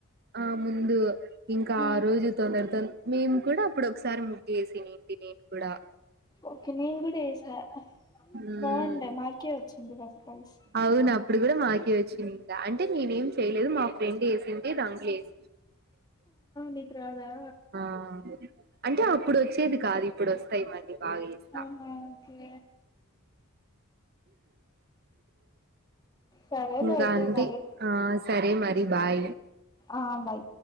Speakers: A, on the right; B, on the left.
A: ఆ ముందు ఇంకా
B: ఉమ్
A: ఆ రోజు తొందరతో మేము కూడా అప్పుడు ఒకసారి ఏసినింటి నేను కూడా
B: ఓకే నేను కూడా వేసా
A: ఉమ్
B: బాగుండే మాకే వచ్చింది ప్రైజ్
A: అవును అప్పుడు గూడా మాకే వ అంటే నేనేం చేయలేదు మా ఫ్రెండ్ ఏసింది దాంట్లేసి
B: నీకు రాదా
A: ఆ అంటే అప్పుడు వచ్చేది కా ఇప్పుడు వస్తాయి మళ్ళీ బాగ ఏస్తా
B: ఆహా ఓకే సరేలే
A: ఇంక
B: అయితే
A: అంతే
B: మరి
A: ఆ సరే మరి బాయ్
B: ఆ బయ్